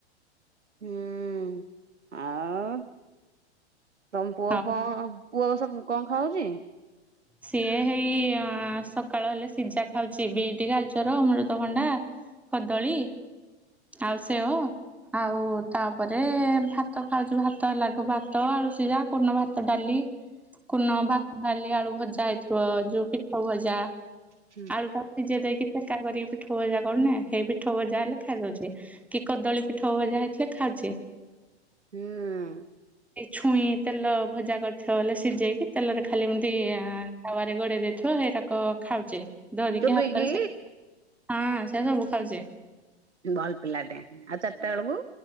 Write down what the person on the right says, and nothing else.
ହୁଁ ଆଉ ତମପୁଅ
କଣ? ପୁଅ ସବୁ କଣ ଖାଉଛି?
ହୁଁ
ହୁଁ।
ଚୋବେଇକି
ଭଲ ପିଲାଟେ ଆଉ ଚାରିଟା ବେଳକୁ?